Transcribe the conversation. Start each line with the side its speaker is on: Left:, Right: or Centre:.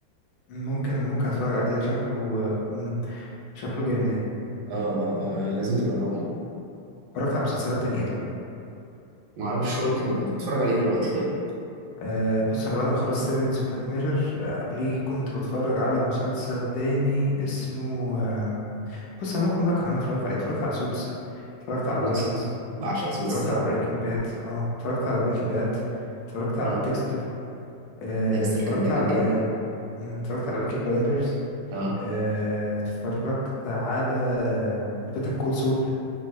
Left: ممكن ممكن اتفرج عليه ده شكله م. شكله جامد يعني
Right: آه آه آه لازم تجربه
Left: اتفرجت على مسلسلات تانية ايه طيب
Right: ما اعرفش شو اللي انت انت بتتفرج عليه دلوقتي طيب
Left: آه بص انا بعد ما خلصت سيفنس وبلاك ميرور آه قبليه كنت بتفرج على مسلسل تاني اسمه آه بص انا ممكن اقول لك على اللي انا اتفرجت عليه اتفرجت على سوتس اتفرجت على
Right: سوتس
Left: فايكنجز
Right: بعشق سوتس
Left: اتفرجت
Right: الصراحه
Left: على بريكنج باد اه اتفرجت على بريكنج باد اتفرجت على
Right: اه
Left: ديكستر آه
Right: ديكستر
Left: اتفرجت
Right: كان جامد
Left: على
Right: جدا
Left: مم، اتفرجت على بيكي بلايندرز
Right: اه
Left: آه اتفرجت على بيتر كول سول